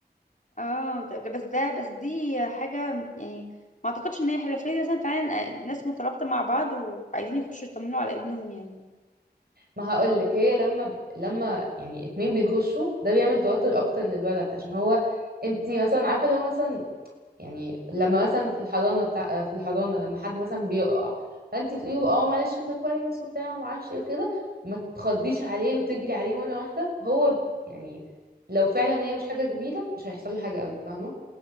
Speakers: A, on the left; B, on the right.
A: اه ده ده بس ده بس دي حاجه يعني ما اعتقدش ان هي حلوه فريد مثلا فعلا آه، ناس مترابطه مع بعض وعايزين يخشوا يطمنوا على ابنهم يعني
B: ما هقولك هي لما لما يعني اتنين بيخشوا ده بيعمل توتر اكتر للولد عشان هو انتي مثلا عارفة اللي هو مثلا يعني لما مثلا في الحضانه بتاع آه، في الحضانه لما حد مثلا بيقع فانت تقولي له اه معلش انت كويس وبتاع ما اعرفش ايه وكده ما تخضيش عليه وتجري عليه مره واحده هو يعني لو فعلا هي مش حاجه كبيره مش هيحصل له حاجه قوي فاهمه